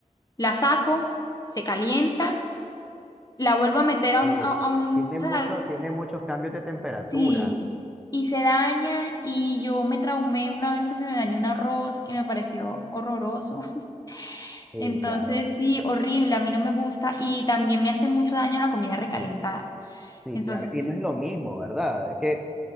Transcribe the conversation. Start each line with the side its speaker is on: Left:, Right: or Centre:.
Left: la saco, se calienta, la vuelvo a meter a
Centre: sí.
Left: un, a, a un,
Centre: Tiene
Left: o
Centre: mucho,
Left: sea,
Centre: tiene muchos cambios de temperatura.
Left: sí, y se daña, y yo me traumé una vez que se me dañó un arroz y me pareció horroroso. <laughs>
Centre: Sí,
Left: Entonces,
Centre: claro.
Left: sí, horrible, a mí no me gusta y también me hace mucho daño la comida recalentada.
Centre: Sí,
Left: Entonces,
Centre: claro. Y no es lo mismo, ¿verdad? Es que